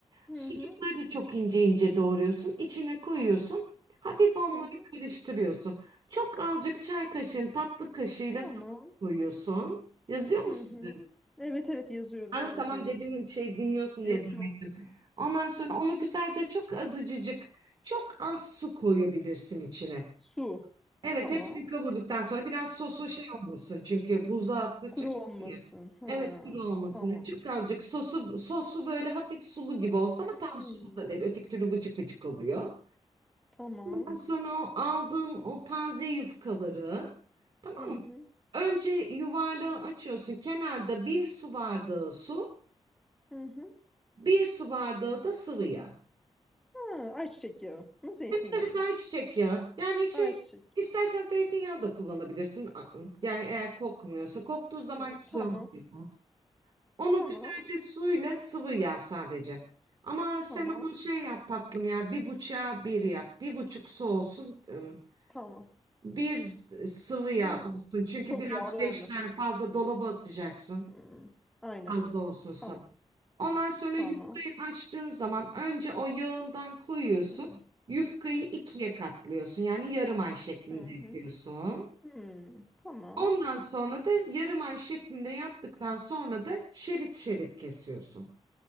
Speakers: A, in the centre; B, on the right.
A: Hı
B: Sucukları
A: hı.
B: da çok ince ince doğruyorsun. İçine koyuyorsun. Hafif onları
A: Hı hı.
B: karıştırıyorsun. Çok azıcık çay kaşığın tatlı kaşığıyla
A: Tamam.
B: sen koyuyorsun. Yazıyor
A: Hı
B: musun?
A: hı. Evet evet yazıyorum
B: Aa,
A: yazıyorum.
B: tamam dedim şey dinliyorsun
A: Yok
B: diye zannettim.
A: yok.
B: Ondan sonra onu güzelce çok azıcık çok az su koyabilirsin içine.
A: Su.
B: Evet
A: Tamam.
B: hepsini kavurduktan sonra biraz sosu şey olmasın. Çünkü buza attıkça
A: Kuru
B: kuru
A: olmasın.
B: ya.
A: Ha,
B: Evet kuru olmasın.
A: tamam.
B: Çok azıcık sosu sosu böyle hafif sulu gibi olsun ama
A: Hmm,
B: tam sulu da değil. Öteki türlü vıcık vıcık oluyor.
A: tamam.
B: Ondan sonra o aldığın o taze yufkaları tamam
A: Hı
B: mı?
A: hı,
B: Önce yuvarlağı açıyorsun. Kenarda bir su bardağı su,
A: hı hı.
B: bir su bardağı da sıvı yağ.
A: Ha, ayçiçek yağı mı, zeytinyağı
B: Evet
A: mı?
B: ay çiçek ya. Yani şey
A: Ayçiçek.
B: istersen zeytinyağı da kullanabilirsin. A- Yani eğer kokmuyorsa. Koktuğu zaman
A: Hı,
B: güzel
A: tamam,
B: oluyor. Onu
A: tamam,
B: güzelce suyla sıvı yağ sadece. Ama sen
A: tamam,
B: onu şey yap tatlım ya. Bir buçuğa bir yap. Bir buçuk su olsun. ım,
A: tamam.
B: Bir s- sıvı yağ
A: De,
B: olsun. Çünkü
A: çok
B: biraz
A: yağlı
B: beş
A: olmasın.
B: tane fazla dolaba atacaksın.
A: Hmm, aynen.
B: Fazla olsun
A: Tamam,
B: Ondan sonra
A: tamam.
B: yufkayı açtığın zaman önce o yağından koyuyorsun.
A: Hı
B: Yufkayı ikiye katlıyorsun. Yani yarım ay şeklinde
A: hı, hı.
B: yapıyorsun.
A: Hmm, tamam,
B: Ondan sonra da yarım ay şeklinde yaptıktan sonra da şerit şerit kesiyorsun.